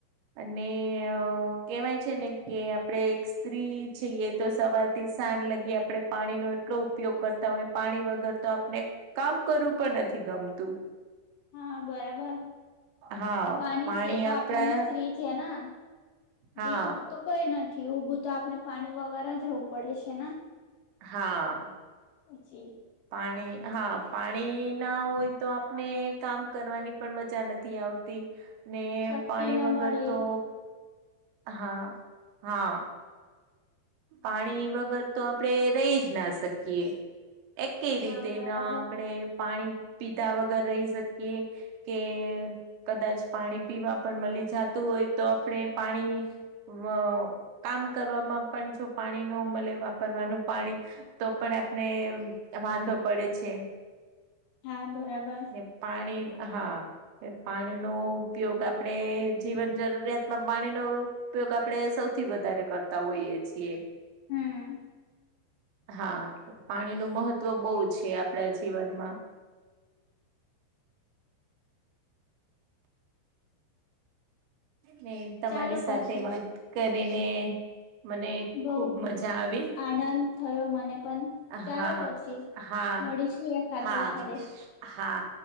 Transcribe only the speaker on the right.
અને અ કેહેવાય છે ને કે આપડે સ્ત્રી છીએ તો સવાર થી સાંજ લગી આપડણે પાણીનો એટલો ઉપયોગ કરતા હોય પાણી વગર તો આપને કામ કરવું પણ નથી ગમતું.
હા
આપડા
હા
હા
પાણી હા પાણી ના હોય તો આપને કામ કરવાની પણ મજા નથી આવતી ને
પાણી
વગર
તો હા હા પાણી વગર તો આપડે રહી જ ના શકીએ એક કઈ
રીતે
ના આપણેે પાણી પીધા વગર રહી શકીએ કે કદાચ પાણી પીવા પણ મળી જતું હોય તો આપણે પાણી અ કામ કરવામાં પણ જો પાણી ન મળે વાપરવાનું પાણી તો પણ આપને વાંધો પડે છે
ને પાણી હા પાણીનો ઉપયોગ આપણેે જીવન જરૂરિયાત માં પાણી નો ઉપયોગ આપડણે સૌથી વધારે કરતા હોઈએ છીએ
હા પાણી નું મહત્વ બહુ છે આપણા જીવનમાં ને તમારી
સાથે
વાત કરીને મને
ખુબ મજા આવી
હા
હા
હા
હા